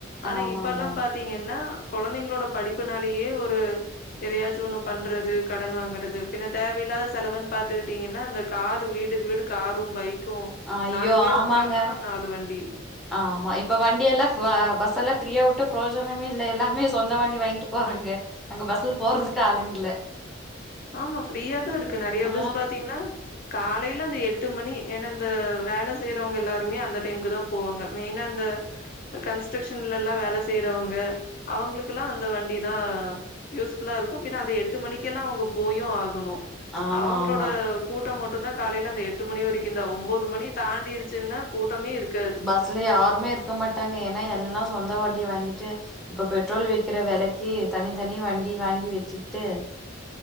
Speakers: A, on the left; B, in the centre.
A: ஆனா
B: ஆமாங்க
A: இப்பெல்லா பாத் திங்கன்னா கொழந்தைங்களோட படிப்புனாலயே ஒரு எதையாச்சு ஒன்னு பண்றது கடன் வாங்கறது பின்ன தேவையில்லாத செலவுன் பாத்துட்டீங்கனா அந்த காரு வீட்டுக்கு வீடு காரும் பைக்கு
B: ஐயோ
A: நாலு பேர்
B: ஆமாங்க
A: இருக்காங்கனா நாலு வண்டி
B: ஆமா இப்ப வண்டி எல்லா ஃப பஸ் எல்லா ஃப்ரீயா வுட்டு ப்ரோஜனமே இல்ல எல்லாமே சொந்த வண்டி வாங்கிட்டு போறாங்க அங்க பஸ்ல போறதுக்கு ஆளுங்க இல்ல
A: ஆமா ஃப்ரீயாதா இருக்கு நெறைய
B: ஆ
A: பஸ் பாத்தீங்கனா காலையில அந்த எட்டு மணி எனா இந்த வேல செய்றவங்க எல்லாருமே அந்த டைம்க்கு தா போவாங்க மெயினா அந்த கன்ஸ்ட்க்க்ஷன்லலா வேல செய்றவங்க அவுங்களுக்கலா அந்த வண்டி தா யூஸ்ஃபுல்லா இருக்கு பின்ன அந்த எட்டு மணிக்கெல்லா அவுங்க போயு ஆகணு
B: ஆமா
A: அவங்ளோட
B: ஆமா
A: கூட்டோ மட்டுதா காலைல அந்த எட்டு மணி வரைக்குந்தா ஒன்பது மணி தாண்டிரிச்சுன்னா கூட்டமே இருக்
B: பஸ்ல யாருமே இருக்க மாட்டாங்க எனா எல்லா சொந்த வண்டிய வாங்கிட்டு இப்ப பெட்ரோல் விக்கிற வெலைக்கு தனித்தனி வண்டி வாங்கி வச்சுக்கிட்டு